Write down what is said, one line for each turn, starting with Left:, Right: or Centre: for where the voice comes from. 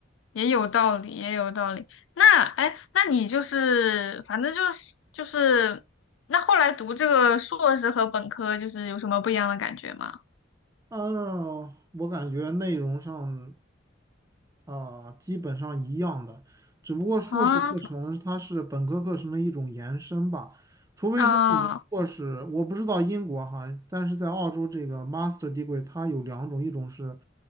Left: 也有道理，也有道理。那哎，那你就是反正就是就是，那后来读这个硕士和本科就是有什么不一样的感觉吗？
Right: 嗯，我感觉内容上。啊，基本上一样的，只不过硕士课程它是本科课程的一种延伸吧，
Left: 啊，
Right: 除非说你硕士，
Left: 啊，
Right: 我不知道英国哈，但是在澳洲这个 master degree 它有两种，一种是